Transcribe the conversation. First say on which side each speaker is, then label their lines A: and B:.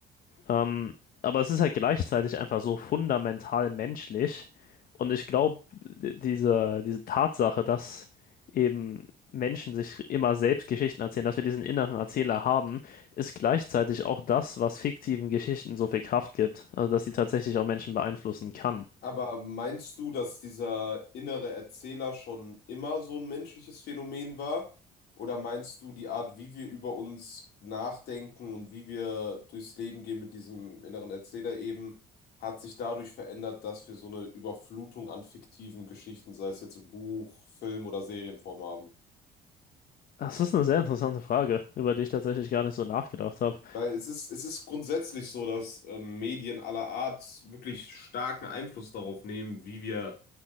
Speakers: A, on the left; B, on the left.
A: Ähm, aber es ist halt gleichzeitig einfach so fundamental menschlich. Und ich glaube, diese, diese Tatsache, dass eben Menschen sich immer selbst Geschichten erzählen, dass wir diesen inneren Erzähler haben, ist gleichzeitig auch das, was fiktiven Geschichten so viel Kraft gibt. Also, dass sie tatsächlich auch Menschen beeinflussen kann.
B: aber meinst du, dass dieser innere Erzähler schon immer so ein menschliches Phänomen war? Oder meinst du, die Art, wie wir über uns nachdenken und wie wir durchs Leben gehen mit diesem inneren Erzähler eben, hat sich dadurch verändert, dass wir so eine Überflutung an fiktiven Geschichten, sei es jetzt im Buch, Film oder Serienform haben?
A: Das ist eine sehr interessante Frage, über die ich tatsächlich gar nicht so nachgedacht habe.
B: Weil es ist, es ist grundsätzlich so, dass ähm, Medien aller Art wirklich starken Einfluss darauf nehmen, wie wir